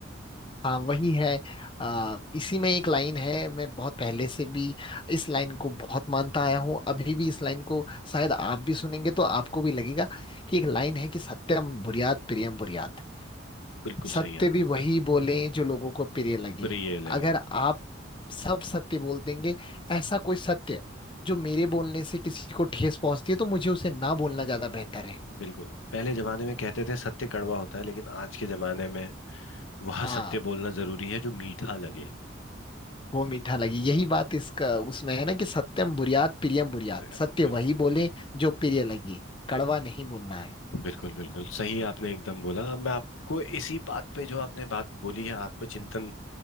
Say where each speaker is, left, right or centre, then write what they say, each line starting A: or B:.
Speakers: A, on the left; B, on the left.
A: हाँ वही है आ, इसी में एक लाइन है मैं बहुत पहले से भी इस लाइन को बहुत मानता आया हूँ अभी भी इस लाइन को शायद आप भी सुनेंगे तो आपको भी लगेगा कि एक लाइन है कि सत्यम बुर्यात प्रियम बुर्यात
B: बिल्कुल
A: सत्य
B: सही है हमने
A: भी वही बोले जो लोगों को प्रिय लगे
B: प्रिय लगे
A: अगर आप सब सत्य बोल देंगे ऐसा कोई सत्य जो मेरे बोलने से किसी को ठेस पहुंचती है तो मुझे उसे ना बोलना ज्यादा बेहतर है
B: बिल्कुल पहले जमाने में कहते थे सत्य कड़वा होता है लेकिन आज के जमाने में वह
A: हाँ
B: सत्य बोलना जरूरी है जो मीठा लगे
A: वो मीठा लगे यही बात इसका उसमें है ना कि सत्यम बुर्यात प्रियम बुर्यात
B: तो यार,
A: सत्य
B: तो बिल्कुल
A: वही बोले जो प्रिय लगे कड़वा नहीं बोलना है
B: बिल्कुल बिल्कुल सही आपने एकदम बोला अब मैं आपको इसी बात पे जो आपने बात बोली है आत्मचिंतन